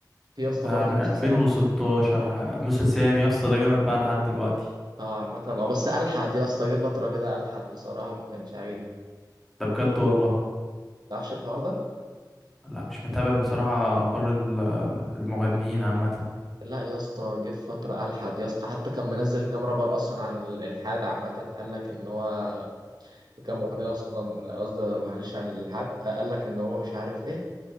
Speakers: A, on the right; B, in the centre.
A: في يا اسطى
B: ده
A: برضه
B: من
A: موسى
B: 2016
A: سام
B: ح- موسى سام يا اسطى ده جامد بقى لحد دلوقتي
A: اه عامة اه بس الحد يا اسطى جه فترة كده الحد بصراحة ما كانش عاجبني
B: ده بجد والله
A: ما تعرفش الحوار ده
B: لا مش متابع بصراحة اخبار ال- المغنيين عامة
A: لا يا اسطى جه في فتره الحد يا اسطى حتى كان منزل كام رابر اصلا عن ال- الالحاد عامه قال لك ان هو كام اغنيه اصلا قصدي معلش عن الالحاد قال لك ان هو مش عارف ايه